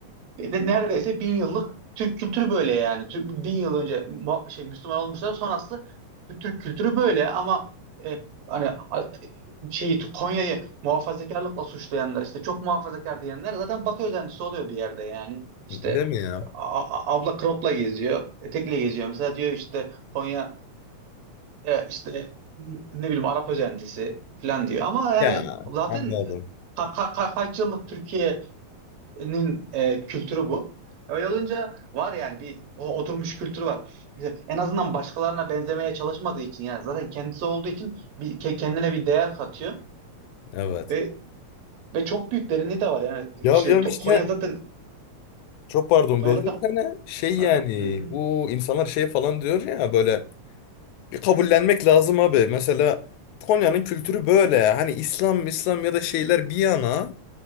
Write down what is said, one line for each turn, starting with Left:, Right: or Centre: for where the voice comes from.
Right: e, Ne- Neredeyse bin yıllık Türk kültürü böyle yani. Türk, bin yıl önce Mu- şey Müslüman olmuşlar sonrası Türk kültürü böyle ama e, hani a- şeyi Konya'yı muhafazakarlıkla suçlayanlar işte çok muhafazakar diyenler zaten Batı özentisi oluyor bir yerde yani. İşte
Left: Deme ya.
Right: a- a- abla cropla geziyor, etekle geziyor. Mesela diyor işte Konya e, e, işte m- ne bileyim Arap özentisi falan diyor. Ama yani
Left: Ya
Right: zaten
Left: anladım.
Right: e, ka- ka- ka- kaç yıllık Türkiye nin e, kültürü bu. Öyle olunca var yani bir o oturmuş kültür var. İşte en azından başkalarına benzemeye çalışmadığı için yani zaten kendisi olduğu için bir, ke- kendine bir değer katıyor
Left: Evet.
Right: ve ve çok büyük derinliği de var yani işte
Left: Ya ya
Right: To-
Left: işte
Right: Konya zaten
Left: çok pardon
Right: Konya
Left: böldüm
Right: zaten
Left: seni. Şey
Right: Ha,
Left: yani
Right: hı hı.
Left: bu insanlar şey falan diyor ya böyle Bir kabullenmek lazım abi. Mesela Konya'nın kültürü böyle. Hani İslam, İslam ya da şeyler bir yana